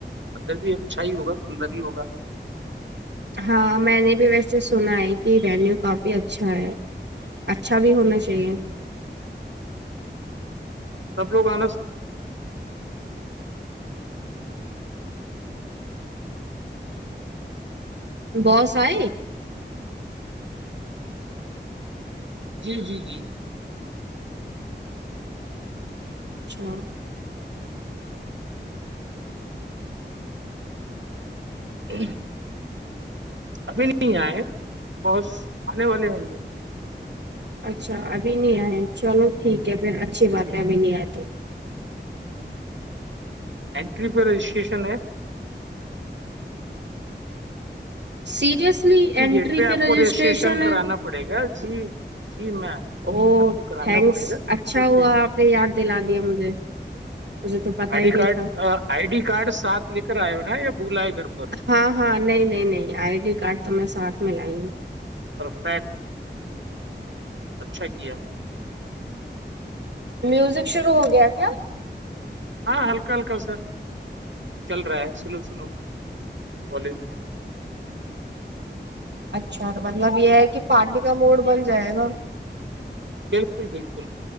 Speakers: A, on the right; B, on the right.
A: اندر بھی اچھا ہی ہوگا سندر ہی ہوگا
B: ہاں میں نے بھی ویسے سنا ہے کہ وینیو کافی اچھا ہے اچھا بھی ہونا چاہیے
A: سب لوگانا
B: بس آئی
A: جی جی جی
B: اچھا
A: جی ابھی نہیں آئے بہت آنے والے ہیں گے
B: اچھا ابھی نہیں آئے چلو ٹھیک ہے پھر اچھی بات
A: جی
B: ہے ابھی نہیں آئے تو
A: اینٹری پہ رجسٹریشن ہے
B: سیریئسلی اینٹری
A: گیٹ آپ
B: پہ رجسٹریشن
A: کو
B: ہے
A: کرانا پڑے گا جی جی میں
B: او
A: آپ کو کرانا
B: تھینکس
A: پڑے گا اینٹری
B: اچھا ہوا
A: پہ
B: آپ نے یاد دلا دیا مجھے مجھے تو پتا
A: آئی
B: ہی
A: ڈی
B: نہیں
A: کارڈ
B: تھا
A: آئی ڈی کارڈ ساتھ لے کر آئے ہو نا یا بھولا ہے گھر پر
B: ہاں ہاں نہیں نہیں نہیں آئی ڈی کارڈ تو میں ساتھ میں لائی ہوں
A: اور پ اچھا کیا
B: میوزک شروع ہو گیا کیا
A: ہاں ہلکا ہلکا سا چل رہا ہے سلو سلو والوم میں
B: اچھا مطلب یہ ہے کہ پارٹی کا موڈ بن جائے گا
A: بالکل بالکل